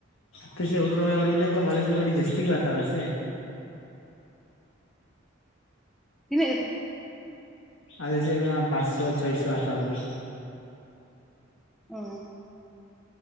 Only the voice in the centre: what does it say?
ᱛᱤᱱᱟᱹᱜ ᱠᱟ
ᱚ